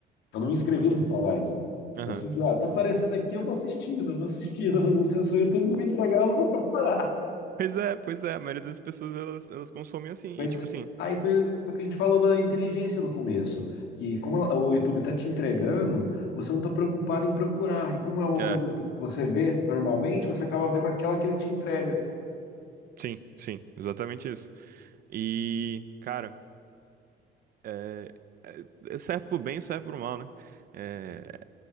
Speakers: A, on the left; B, on the right.
A: eu não me inscrevi no Palais.
B: Aham.
A: Eu simplesmente, ah, tá aparecendo aqui, eu vou assistindo, eu vou assistindo, mas <laughs> não sei se o YouTube não me entregar, eu não vou procurar.
B: Pois é, pois é. A maioria das pessoas elas, elas consomem assim.
A: Mas
B: E tipo assim.
A: aí foi, foi o que a gente falou da inteligência no começo, que como ela- o YouTube está te entregando, você não está preocupado em procurar. E como é uma
B: É,
A: coisa que você vê normalmente, você acaba vendo aquela que ele te entrega.
B: sim, sim, exatamente isso. E, cara, é, é- é, serve pro bem e serve pro mal, né? É,